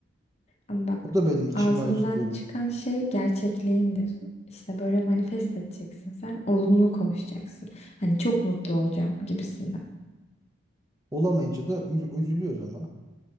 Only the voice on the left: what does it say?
Ama bak
ağzından
çıkan şey gerçekliğindir. İşte böyle manifest edeceksin sen, olumlu konuşacaksın. Hani çok mutlu olacağım gibisinden.